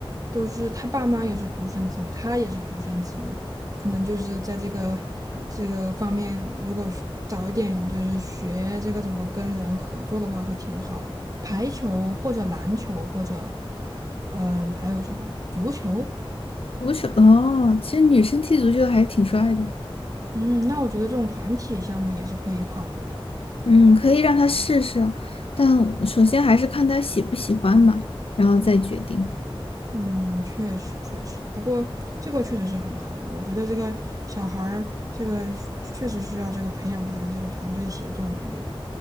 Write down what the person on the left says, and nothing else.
足球哦，其实女生踢足球还挺帅的，
嗯，可以让他试试，但首先还是看他喜不喜欢嘛，然后再决定。